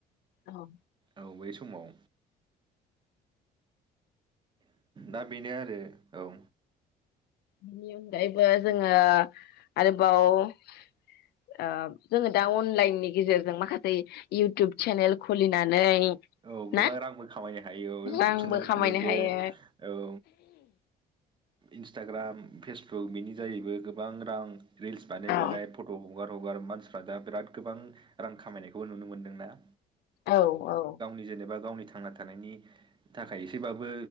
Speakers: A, on the left; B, on the right.
A: औ
B: औ बै समाव दा बेनो आरो औ
A: बिनि अनगायैबो जोंङो आरोबाव ओब-जोंङो दा अनलाइननि गेजेरजों माखासे इउटुब चेनेल खुलिनानै।
B: औ गोबां
A: ना
B: रांबो खामायनो हायो औ इउटुब
A: रांबो
B: चेनेल
A: खामायनो
B: खुलिदो
A: हायो
B: औ। इन्सटाग्राम फेसबुक बेनि जायैबो गोबां रां। रिल्स बानाय
A: औ
B: बानाय फट ह। हगार हगार मानसिफ्रा दा बिराद गोबां रां खामायनायखौबो नुनो मोनदोंना।
A: औ औ
B: जेनेबा गावनि थांना थानायनि थाखाय एसेबाबो